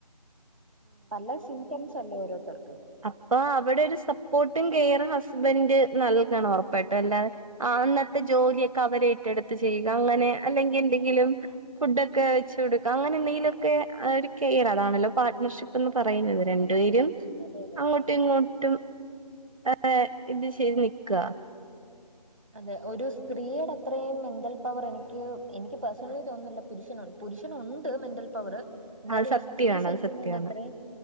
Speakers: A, on the right; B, on the right.
A: പലെ സിംറ്റംസല്ലേ ഓരോര്ത്തർക്ക്
B: അപ്പ അവടൊരു സപ്പോർട്ടിങ് കെയറിങ് ഹസ്ബന്ഡ് നൽകണം ഒറപ്പായിട്ടും അല്ലാതെ ആഹ് അന്നത്തെ ജോല്യെക്കെ അവരെറ്റെട്ത്ത് ചെയ്യുക അങ്ങനെ അല്ലെങ്കി എന്തെങ്കിലും ഫുഡൊക്കെ വെച്ച് കൊട്ക്ക അങ്ങനെന്തെങ്കിലൊക്കെ ആ ഒര് കെയർ അതാണല്ലോപാട്ണർഷിപ്പ് എന്ന് പറയുന്നത് രണ്ട്പേരും
A: അതെ യതെ
B: ങ്ങോട്ടിങ്ങോട്ടും എഹ് ഇത് ചെയ്ത് നിക്ക
A: അതെ ഒരു സ്ത്രീയുടെ അത്രയും മെന്റൽ പവർ എനിക്ക് എനിക്ക് പേഴ്സണലി തോന്നില്ല പുരുഷനു പുരുഷനുണ്ട് മെന്റൽ പവറ് എന്നാലും
B: അത് സത്യാണ്
A: ഒരു സ്ത്രീ സഹിക്കുന്നയ്ന്റെത്രയും
B: അത് സത്യാണ്.